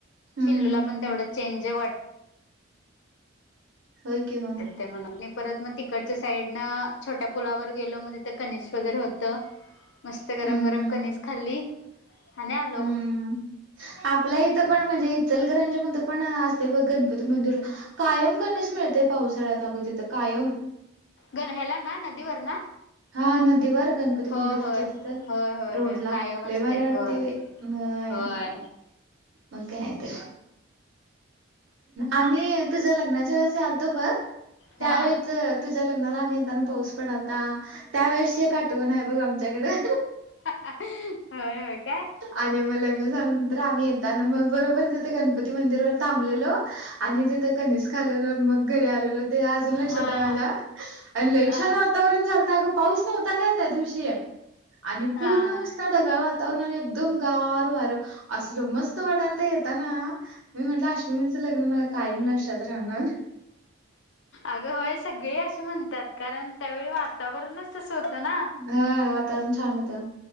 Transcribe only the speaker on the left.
पिल्लूला
पण तेवढं चेंज वाट
ून परत मग तिकडच्या साईड ना छोट्या पुलावर गेलो मग तिथं कनिज वगैरे होतं मस्त गरम
गरम
कनीिज
खाल्ली आणि आलो
गण ह्याला ना नदीवर ना
होय होय
होय होय
होय कायम
असते होय
होय
हा
हो होय काय
हा
हा
हा
हा
अगंय सगळे असं म्हणतात कारण त्यावेळी वातावरणच तसं होतं ना